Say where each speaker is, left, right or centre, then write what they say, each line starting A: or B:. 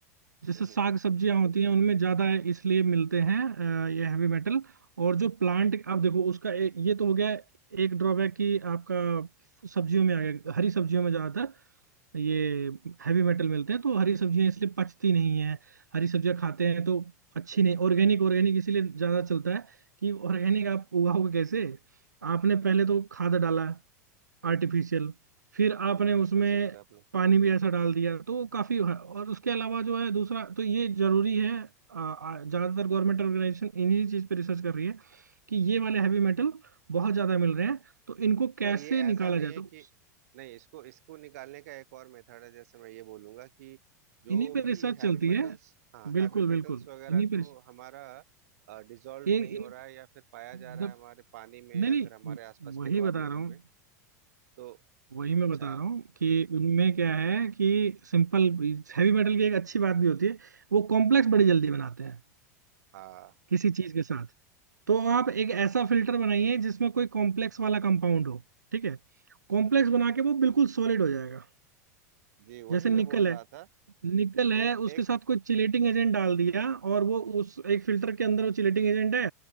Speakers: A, on the right; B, on the right.
A: जैसे
B: हम्म
A: साग सब्जियां होती हैं उनमें ज्यादा इसलिए मिलते हैं अ, ये हैवी मेटल और जो प्लांट आप देखो उसका ए, ये तो हो गया एक ड्रॉबैक कि आपका सब्जियों में आ गया हरी सब्जियों में ज्यादातर ये हैवी मेटल मिलते हैं तो हरी सब्जियां इसलिए पचती नहीं है हरी सब्जियां खाते हैं तो अच्छी
B: हम्म
A: नहीं ऑर्गेनिक ऑर्गेनिक इसीलिए ज्यादा चलता है कि ऑर्गेनिक आप उगाओगे कैसे आपने पहले तो खाद डाला आर्टिफिशियल फिर
B: जी
A: आपने
B: बिल्कुल
A: उसमें
B: सही कहा आपने
A: पानी भी ऐसा डाल दिया तो वो काफी है और उसके अलावा जो है दूसरा तो ये जरूरी है आ, आ, ज्यादातर गवर्नमेंट ऑर्गेनाइजेशन इन्हीं चीज पे रिसर्च कर रही है कि ये वाले हैवी मेटल बहुत ज्यादा मिल रहे हैं तो इनको
B: तो
A: कैसे
B: ये ऐसा
A: निकाला
B: नहीं
A: जाए
B: है
A: तो
B: कि नहीं इसको इसको निकालने का एक और मेथड है जैसे मैं ये बोलूंगा कि जो
A: इन्हीं पे
B: भी
A: रिसर्च
B: हैवी
A: चलती
B: मेटल्स
A: है
B: हाँ
A: बिल्कुल
B: हैवी मेटल्स
A: बिल्कुल
B: वगैरह
A: इन्हीं पे
B: जो
A: रिसर्च-
B: हमारा डिजॉल्व
A: इन,
B: नहीं
A: इन,
B: हो रहा है या फिर पाया जा रहा
A: जब-
B: है हमारे पानी में
A: नहीं
B: या
A: नहीं
B: फिर हमारे आसपास के
A: वही
B: एनवायरनमेंट
A: बता रहा हूँ
B: में तो
A: वही मैं
B: अच्छा
A: बता रहा हूँ कि उनमें क्या है कि सिंपल हैवी मेटल की एक अच्छी बात भी होती है वो कॉम्प्लेक्स बड़ी जल्दी बनाते हैं
B: हाँ
A: किसी चीज के साथ तो आप एक ऐसा फिल्टर बनाइए जिसमें कोई कॉम्प्लेक्स वाला कंपाउंड हो ठीक है कॉम्प्लेक्स बना के वो बिल्कुल सॉलिड हो जाएगा
B: जी वही
A: जैसे निकल
B: मैं बोल रहा
A: है
B: था
A: निकल है
B: एक एक
A: उसके साथ कोई चिलेटिंग एजेंट डाल दिया और वो उस एक फिल्टर के अंदर वो चिलेटिंग एजेंट है